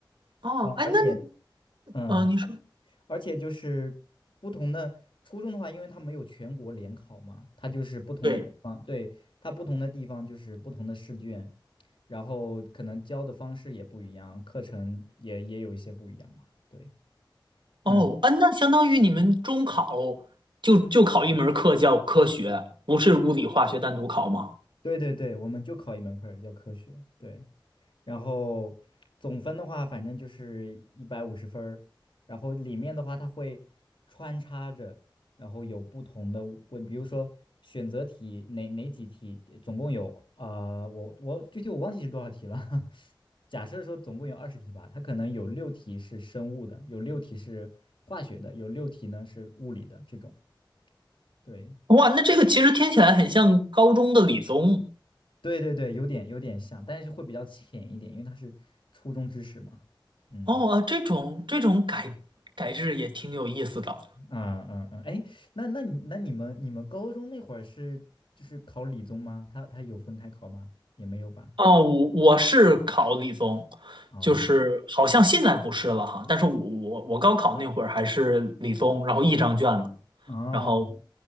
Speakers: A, on the right (about 70°); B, on the left (about 75°).
A: 哦，
B: 嗯而且
A: 哎，那
B: 嗯，
A: 呃，你说
B: 而且就是不同的初中的话，因为它没有全国联考嘛，它就是不同的地方，
A: 对，
B: 对，它不同的地方就是不同的试卷，然后可能教的方式也不一样，课程也也有一些不一样嘛，对。
A: 哦，
B: 嗯。
A: 哎，那相当于你们中考就就考一门课叫科学，不是物理化学单独考吗？
B: 对对对，我们就考一门课儿叫科学，对。然后总分的话，反正就是一百五十分儿。然后里面的话，它会穿插着，然后有不同的问，比如说选择题哪哪几题，总共有啊、呃我我具体我忘记是多少题了。<laughs> 假设说总共有二十题吧，它可能有六题是生物的，有六题是化学的，有六题呢是物理的这种。对，
A: 哇，那这个其实听起来很像高中的理综
B: 对对对，有点有点像，但是会比较浅一点，因为它是初中知识嘛。嗯
A: 哦，啊，这种这种改改制也挺有意思的
B: 啊啊啊！哎，那那你那你们你们高中那会儿是就是考理综吗？他他有分开考吗？也没有吧？
A: 哦。我我是考理综，
B: 哦
A: 就是好像现在不是了哈，但是我我我高考那会儿还是理综，然后一张卷子，
B: 哦，
A: 然后